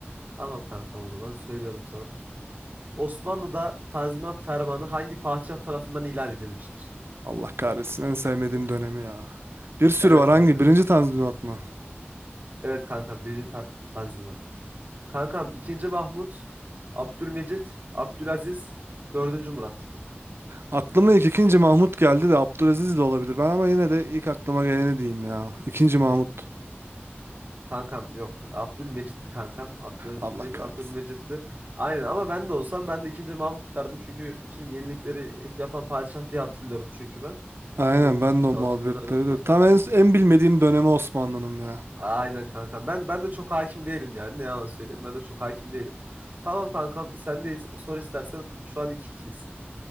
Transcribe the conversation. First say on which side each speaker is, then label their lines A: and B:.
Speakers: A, on the right; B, on the right.
A: Tamam kankam o zaman söylüyorum sana. Osmanlı'da Tanzimat Fermanı hangi padişah tarafından ilan edilmiştir?
B: Allah kahretsin en sevmediğim
A: <laughs>
B: dönemi ya. Bir sürü
A: Evet
B: var
A: kankam.
B: hangi? Birinci Tanzimat mı?
A: Evet kankam birinci ta- Tanzimat. Kankam ikinci Mahmut, Abdülmecit, Abdülaziz, dördüncü Murat.
B: Aklıma ilk ikinci Mahmut geldi de Abdülaziz de olabilir. Ben ama yine de ilk aklıma geleni diyeyim ya. İkinci Mahmut.
A: Kankam yok. Abdülmecit'ti kankam. Abdülaziz
B: Allah
A: değilim.
B: kahretsin.
A: Abdülmecit'ti. Aynen ama ben de olsam ben de ikinci Mahmut derdim. Çünkü bütün yenilikleri ilk yapan padişah diye hatırlıyorum çünkü ben.
B: Aynen
A: Bu
B: ben
A: çalıştığım
B: de o muhabbetleri
A: dönemde
B: de.
A: falan.
B: Tam en, en bilmediğim dönemi Osmanlı'nın ya.
A: Aynen kankam. Ben ben de çok hakim değilim yani. Ne yalan söyleyeyim. Ben de çok hakim değilim. Tamam kankam sendeyiz. Sor istersen. Şu an 2-2'yiz.